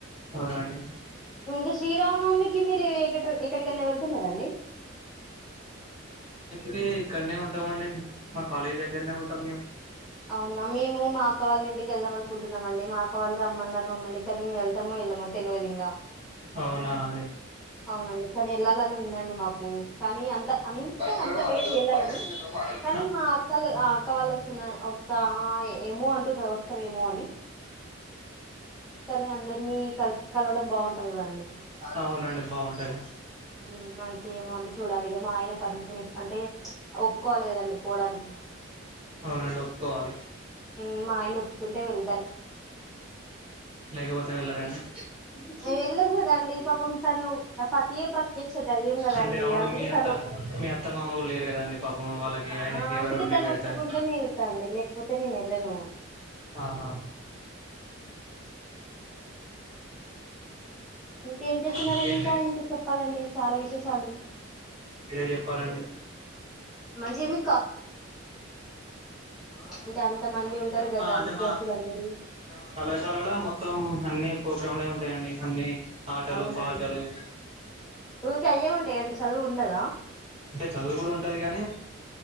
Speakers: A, on the right; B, in the centre.
A: అవునండి.
B: ఇంకా శ్రీరామనవమికి మీరు ఎక్కట్ ఎక్కడ ఎక్కడికన్నా వెళ్తున్నారా అండి?
A: లే ఇక్కడనే ఉంటాం అండి మా కాలేజ్ దగ్గరనే ఉంటాం మేము
B: అవునా మేము మా అక్క వాళ్ళ ఇంటికి వెళ్దామనుకుంటున్నామండి. మా అక్క వాళ్ళు రమ్మన్నారు మమ్మల్ని కానీ మేము వెళ్తాము వెళ్ళమో తెలియదు. ఇ
A: అవునా అండి?
B: అవునండి కానీ వెళ్ళాలని ఉందండి మాకు. కానీ అంత అంత
A: బండి
B: అంత
A: కూడా మడలు
B: లేదు వెళ్ళాలని
A: బండి సీరు మడలు
B: కానీ మా అక్కోల్లె ఆ అక్క వాళ్ళు వస్తున్న వస్తా ఆ ఏమో అంటున్నారు వస్తావేమో అని. కానీ అందరినీ కల్ కలవడం బావుం <unintelligible> అండి
A: అవునండి బావుంటది
B: ఉమ్ ఇంకేమో అండి చూడాలి ఇగ మా ఆయన పర్మిషన్ ఇస్ అంటే ఒప్పుకోవాలి కదండి. పోవడానికి
A: అవునండి ఒప్పుకోవాలి.
B: ఉమ్ మా ఆయన ఒప్పుకుంటే వెళ్
A: లేకపోతే వెళ్ళరా అండి?
B: <unintelligible> వెళ్ళం కదండి పాపం తను ఆ పతియే ప్రత్యక్ష దైవం కదండి
A: అంటే అవును
B: అందుకే
A: మీ అత్త
B: తను ఒప్పు
A: మీ అత్త మామ కూడా లేరు కదండి పాపం వాళ్ళకి ఆయనకి
B: ఆ అందుకే
A: ఎవరు వండి
B: తను
A: పెడతారు
B: ఒప్పుకుంటే నే వెళ్తా అండి లేకపోతే నేను వెళ్ళను.
A: ఆహా
B: ఇంకేం చేస్తున్నారండి?
A: ఇంకేంటి
B: ఇంకా ఇం కా చెప్పాలండి చాలా విశేష్ చాలు
A: మీరే చెప్పాలండి
B: మంచిగా మీ
A: ఆ
B: అంటే అంత
A: మా
B: మంది
A: కాలేజీల
B: ఉంటారు కదా
A: మా అంటే
B: విద్యార్థులందరూ
A: మా ఇక్కడున్న కళాశాలల మొత్తం అన్ని ప్రోగ్రామ్లే ఉంటాయండి అన్ని. ఆటలు
B: అవునండి
A: పాటలు
B: ఊకే అయ్యే ఉంటాయా అండి. చ్ చదువు ఉండదా?
A: అంటే చదువు గూడ ఉంటది గానీ